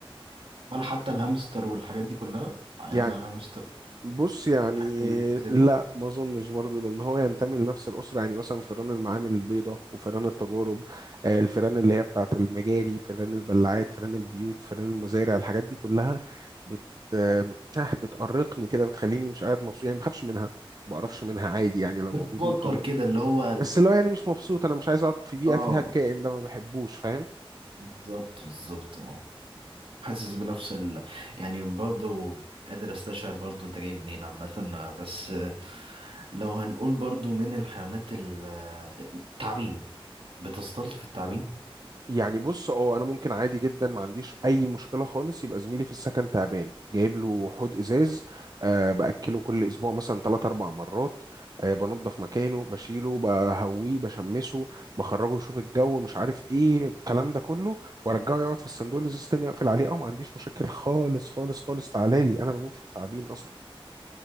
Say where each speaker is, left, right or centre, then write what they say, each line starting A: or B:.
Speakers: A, on the right (about 65°); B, on the right (about 40°).
A: ولا حتى الهامستر والحاجات دي كلها حيوان
B: يعني
A: الهامستر
B: بص يعني
A: والحاجات اللذيذة
B: لا
A: دي
B: ما اظنش برضه لان هو ينتمي لنفس الاسره يعني مثلا فئران المعامل البيضاء وفئران التجارب آه، الفئران اللي هي بتاعه المجاري فئران البلاعات فئران البيوت فئران المزارع الحاجات دي كلها بت آه، آه، بتأرقني كده بتخليني مش قاعد مبسوط يعني ما بخافش منها ما بقرفش منها عادي يعني لو
A: بتتوتر
B: موجود ممكن أقوم.
A: كده اللي هو
B: بس لو يعني مش مبسوط انا مش عايز اقعد في بيئه
A: اه
B: فيها الكائن ده ما بحبوش فاهم
A: بالظبط بالظبط اه حاسس بنفس ال... يعني برضو قادر استشعر برضو انت جاي منين عامة بس لو هنقول برضو من الحيوانات ال- التعابين بتستلطف التعابين
B: يعني بص اه انا ممكن عادي جدا ما عنديش اي مشكله خالص يبقى زميلي في السكن تعبان جايب له حوض ازاز أه باكله كل اسبوع مثلا ثلاث اربع مرات أه بنظف مكانه بشيله بهويه بشمسه بخرجه يشوف الجو مش عارف ايه الكلام ده كله وارجعه يقعد في الصندوق الازاز تاني واقفل عليه اه ما عنديش مشاكل خالص خالص خالص تعالى لي انا بموت في التعبين اصلا